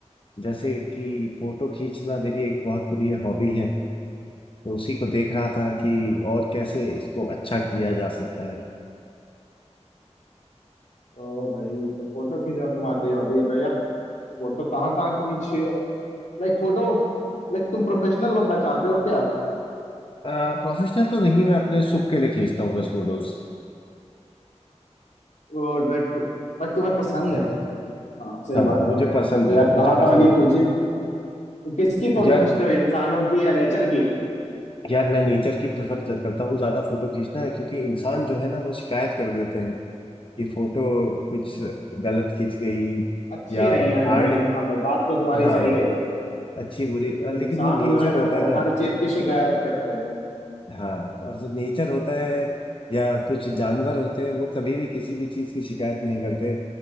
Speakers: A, on the left (about 45°); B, on the left (about 85°).
A: जैसे कि फोटो खींचना मेरी एक बहुत प्रिय हॉबी है तो उसी को देख रहा था कि और कैसे इसको अच्छा किया जा सकता है
B: ओ भाई तो फोटो खींचना तुम्हारी हॉबी है तो यार फोटो कहाँ कहाँ की खींची हो लाइक फोटो लाइक तुम प्रोफेशनल बनना चाहते हो क्या
A: प्रोफेशनल तो नहीं मैं अपने सुख के लिए खींचता हूँ बस फोटोज
B: ओ लाइक तु, like तुम्हें पसंद है हाँ सही
A: हाँ
B: बात
A: मुझे
B: है तो
A: पसंद है
B: यार
A: मुझे
B: कहाँ कहाँ
A: पसंद
B: की खींची तो किसकी फोटो
A: यार
B: खींचते हो इंसानों की या नेचर की
A: यार मैं नेचर की प्रेफर करता हूँ ज्यादा फोटो खींचना है क्योंकि इंसान जो है ना वो शिकायत कर देते हैं कि फोटो कुछ गलत खींच गई
B: अच्छी
A: या
B: नहीं आई
A: आड़
B: बुरी नहीं हाँ भाई बात तो तुम्हारी
A: हाँ
B: सही है यार
A: अच्छी बुरी और
B: ये
A: लेकिन
B: इंसान
A: जो नेचर
B: जो है ना
A: होता है
B: वो
A: ना
B: हर चीज की शिकायत करते हैं
A: हाँ और जो नेचर होता है या कुछ जानवर होते हैं वो कभी भी किसी भी चीज की शिकायत नहीं करते